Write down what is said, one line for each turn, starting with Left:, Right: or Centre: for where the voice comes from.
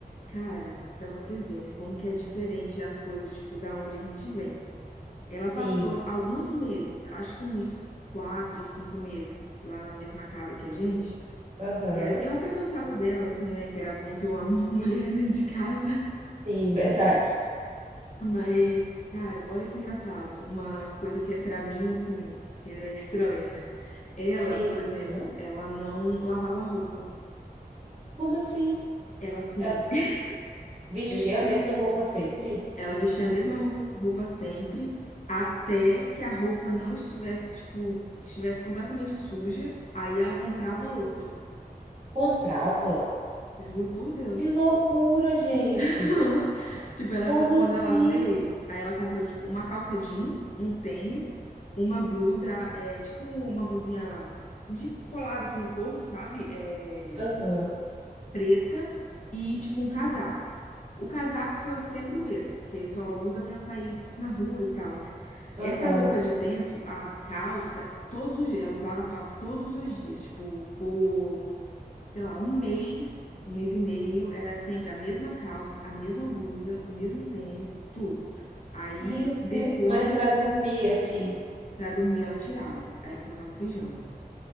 Left: Cara, para você ver, né, como que é diferente as coisas, tipo, da onde a gente vem. Ela
Right: Sim.
Left: passou alguns meses, acho que uns quatro ou cinco meses lá na mesma casa que a gente.
Right: Aham.
Left: É, eu até gostava dela, assim, né? Que era bom ter uma <laughs> mulher dentro de casa.
Right: Sim, <laughs> verdade.
Left: Mas, cara, olha que engraçado. Uma coisa que, é pra mim, assim, era estranha, né? Ela,
Right: Sim.
Left: por exemplo,
Right: Hã?
Left: ela não lavava roupa.
Right: Como assim?
Left: Ela, assim,
Right: É,
Left: <laughs>
Right: Vestia
Left: essa-
Right: a mesma roupa sempre?
Left: ela vestia a mesma roupa, roupa sempre, até que a roupa não estivesse, tipo, estivesse completamente suja. Aí ela comprava
Right: E
Left: outra.
Right: Comprava?
Left: Juro por Deus.
Right: Que loucura, gente!
Left: <laughs> Tipo, ela,
Right: Como
Left: co-
Right: assim?
Left: quando ela veio, aí ela comprou, tipo, uma calça jeans, um tênis, uma blusa, é, tipo, uma blusinha de colada, assim, no corpo, sabe? É,
Right: Aham,
Left: preta e, tipo, um casaco. O casaco foi sempre o mesmo, porque só usa pra sair na rua e tal, né?
Right: aham.
Left: Essa roupa de dentro, a calça, todos os dias, ela usava a calça todos os dias, tipo, por sei lá, um mês, um mês e meio, era sempre a mesma calça, a mesma blusa, o mesmo tênis, tudo. Aí
Right: Meu
Left: depois,
Right: Deus. Mas para dormir, assim.
Left: pra dormir, ela tirava, aí ela colocava um pijama.